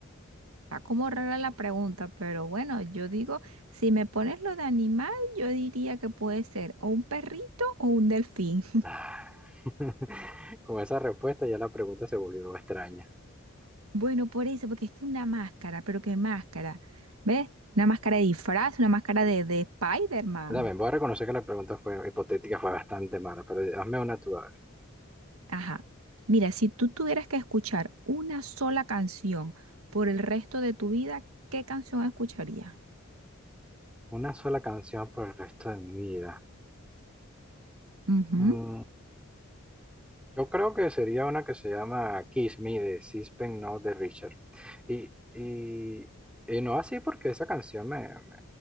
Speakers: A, on the right (about 80°); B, in the centre.
A: Está como rara la pregunta, pero bueno, yo digo, si me pones lo de animal, yo diría que puede ser o un perrito o un delfín.
B: Ah, <laughs> Con esa respuesta ya la pregunta se volvió extraña.
A: Bueno, por eso, porque es que una máscara, pero qué máscara, ¿ves? Una máscara de disfraz, una máscara de, de Spider-Man.
B: También voy a reconocer que la pregunta fue hipotética, fue bastante mala, pero hazme una tú, a ver.
A: Ajá. Mira, si tú tuvieras que escuchar una sola canción por el resto de tu vida, ¿qué canción escucharías?
B: Una sola canción por el resto de mi vida.
A: Ujú.
B: Mm, Yo creo que sería una que se llama Kiss Me de Sispen No de Richard. Y, y, y no así porque esa canción me, me-